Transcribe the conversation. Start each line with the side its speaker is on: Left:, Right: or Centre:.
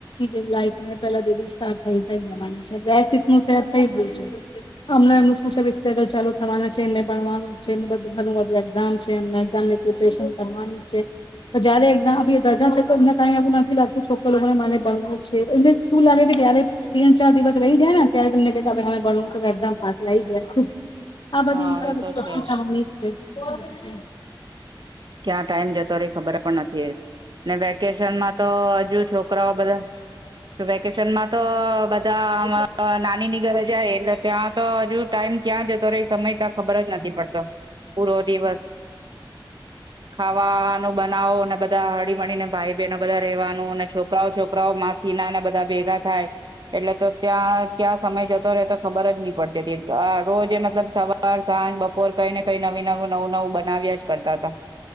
Left: કે લને પે સાર જવાનીીત થ ગયું છેમ એમ છે સગલ ચાલુ થવા છે એ ભણવાનું છે ઘણું બધું એક્ઝામ છે એમને એઝામની પ્રિપરેશન કરવાની છે તો જયારે એક્ઝામ રજા છે તો એમને કઈ એવું નથી લાગતું છોકરરોને મને ભણવું છે એમને શું લાગે કે જયારે તીણ ચાર દિવસ રહી જાય ને ત્યારે તમને કે કે હ ભણવું છે એક્ઝામ પાાક લી ગયા આ બધી
Right: હા
Left: રીતે આ
Right: એ
Left: બધી
Right: તો
Left: વસ્તુ
Right: છે
Left: ખવાની
Right: જ.
Left: રછી
Right: ક્યાં ટાઈમ જતો ખબર પણ નથી ને વેકેશન માં તો હજુ છોકરાઓ બધા વેકેશનમાં તો બધા
Left: છે
Right: નાની ની ઘર જ એ ત્યાં તો હજુ ટાઈમ ક્યાં જતો ર એ સમય ત ખબર જ નથી પડતો. પૂરો દિવસ ખાવાનું બનાવો અને બધા હળીમીને ભાઈ બહેનો બધા રવાનું અને છોકરાઓ છોક છોકરાઓ માસીનાને બધા ભેગા થાય એટલે તો ત્યાં ત્યાં સમય જતો રહેે તો ખબર જ નહી પડતી હતી, આ રોજ એ મતલબ સવાર સાંજ બપોર કઈ ને કઈ નવી નવું નવું નવું બનાવ્યા જ કરતા હતા.